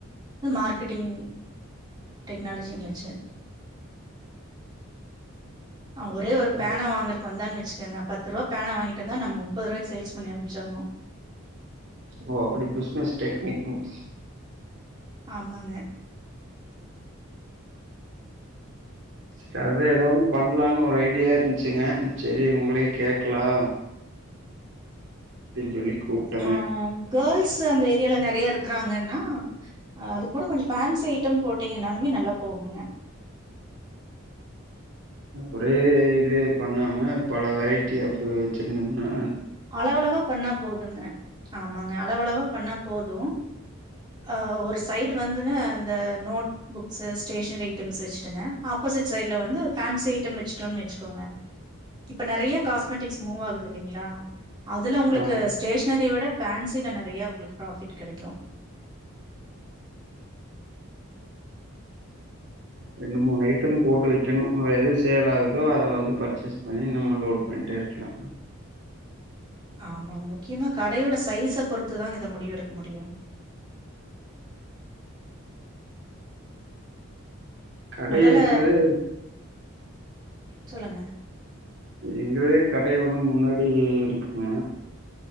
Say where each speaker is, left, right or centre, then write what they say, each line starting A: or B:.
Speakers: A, on the right (about 20°); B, on the right (about 55°).
A: இது மார்க்கெட்டிங் டெக்னாலஜிங்காச்சு ஒரே ஒரு
B: அது
A: பேனா வாங்கறக்கு வந்தான்னு வச்சுக்கோங்க பத்து பத்து ரூபா பேனா வாங்கிட்டு வந்தா நம்ம முப்பது ரூபாய்க்கு சேல்ஸ் பண்ணி அனுப்ச்சிடணு
B: ஓ அப்டி பிஸ்னஸ் டெக்னிக்ஸ்
A: ஆமாங்க
B: சரி ஏதா ஒண்ணு பண்ணலாம்னு ஒரு ஐடியா இருந்துச்சுங்க சரி உங்களயு கேக்கலா அப்டின் சொல்லி கூப்ட்டே
A: ஆ கேள்ஸ் அந்த ஏரியால நறையா இருக்கிறாங்கன்னா அது கூட கொஞ்சோ ஃபேன்சி ஐட்டம் போட்டீங்கனாலுமே நல்லா போகுங்க
B: ஒரே இது பண்ணாம பல வெரைட்டியா அப்போ வேச்சிருந்தம்னா
A: அளவளவா பண்ணா போதுங்க ஆமாங்க அளவளவா பண்ணா போது அ ஒரு சைடு வந்துங்க இந்த நோட் புக்ஸ் ஸ்டேஷனரி ஐட்டம்ஸ் வச்சுட்டங்க ஆப்போசிட் சைடுல வந்து பேன்சி ஐட்டம் வெச்சுட்டோனு வெச்சுக்கோங்க இப்ப நெறைய காஸ்மெட்டிக்ஸ் மூவ் ஆகுது இல்லீங்களா அதுல உங்ளுக்கு
B: ஆமா.
A: ஸ்டேஷ்னரிய விட பேன்சில நெறைய உங்ளுக்கு ப்ராஃபிட் கெடைக்கு
B: ரெண்டு மூணு ஐட்ட போட்டு வைக்கணு எது சேல் ஆகுதோ அத வந்து பர்ச்சேஸ் பண்ணி நம்ம லோட் பண்ணிட்டே இருக்கலா
A: ஆமாங்ஐ முக்கியமா கடயோட சைஸை பொறுத்துதா இத முடிவெடுக்க முடியு
B: கடை
A: மொதல்ல
B: எங்களுதே
A: சொல்லுங்க
B: எங்குளுதே கடை ஒண்ணு முன்னாடி இருக்குங்க